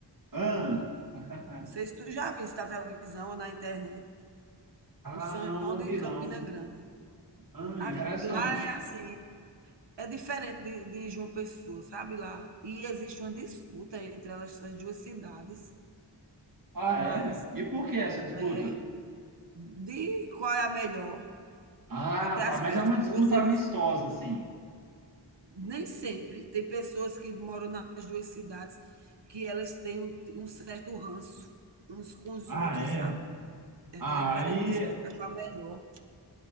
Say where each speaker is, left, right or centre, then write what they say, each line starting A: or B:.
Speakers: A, on the right; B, on the right.
A: Ah, <laughs>
B: Não sei se tu já viu viste na televisão ou na internet.
A: ah,
B: o São
A: não,
B: João
A: não
B: de
A: vi não.
B: Campina Grande.
A: Ah,
B: A-
A: interessante.
B: lá é assim, é diferente de, de João Pessoa, sabe lá? E existe uma disputa entre elas, essas duas cidades,
A: Ah,
B: mas
A: é? E por que essa disputa?
B: é de qual é a melhor.
A: Ah,
B: Até
A: tá,
B: as
A: mas
B: pessoas,
A: é uma disputa
B: eles
A: amistosa, assim.
B: nem sempre tem pessoas que moram nas duas cidades que elas têm um, um certo ranço uns com os
A: Ah,
B: outros,
A: é?
B: sabe? É,
A: Ah,
B: querendo
A: aí,
B: disputar qual é a melhor.